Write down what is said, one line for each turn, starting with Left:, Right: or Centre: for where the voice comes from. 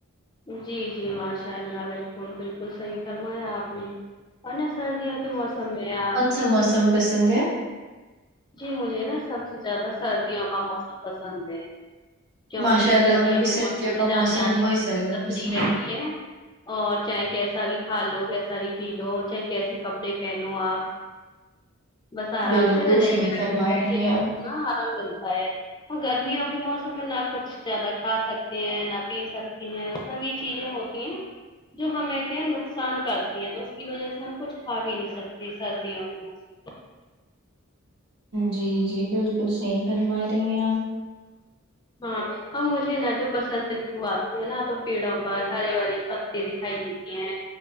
Left: جی جی ماشاء اللہ بالکل بالکل صحیح فرمایا آپ نے اور نا سردیوں کے موسم میں آپ
Right: تو موسم پسند ہے
Left: جی مجھے نا سب سے زیادہ سردیوں کا موسم پسند ہے کیونکہ
Right: ماشاء اللہ
Left: سردیوں
Right: ہمیں بھی
Left: کے
Right: سردیوں
Left: موسم میں
Right: کا
Left: جانے
Right: موسم
Left: آنے
Right: بہت
Left: میں
Right: زیادہ
Left: بھی دککت
Right: پسند
Left: نہیں رہتی ہے اور چاہے کیسا بھی کھا لو کیسا بھی پی لو چاہے کیسے کپڑے پہنو آپ بس آرام
Right: بالکل
Left: سے رجائی
Right: صحیح
Left: میں رکھ
Right: فرما
Left: کے بیٹھے
Right: رہی ہیں
Left: رہو
Right: آپ
Left: کو آرام ملتا ہے اور گرمیوں کے موسم میں نہ کچھ زیادہ کھا سکتے ہیں نہ پی سکتے ہیں سب یہ چیزیں ہوتی ہیں جو ہمیں کیا نقصان کرتی ہیں تو اس کی وجہ سے ہم کچھ کہا بھی نہیں سکتے سردیوں کے موسم
Right: جی جی بالکل صحیح فرما رہی ہیں آپ
Left: ہاں اور نا مجھے نا جو برسات آتی ہے نا تو پیڑوں پر ہرے بھرے پتے دکھائی دیتے ہیں